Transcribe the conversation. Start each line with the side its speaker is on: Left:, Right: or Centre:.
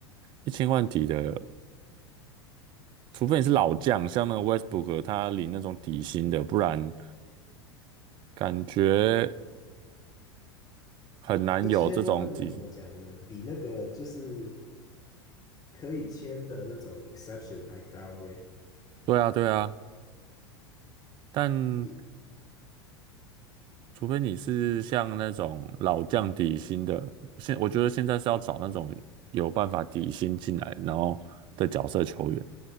Right: 一千万底的，除非你是老将，像那个 Westbrook，他领那种底薪的，不然感觉很难有这种底。
Left: 一千万怎么讲呢？比那个就是可以签的那种 exception 还高诶。
Right: 对啊，对啊，但。
Left: 一
Right: 除非你是像那种老将底薪的，现我觉得现在是要找那种有办法底薪进来，然后的角色球员，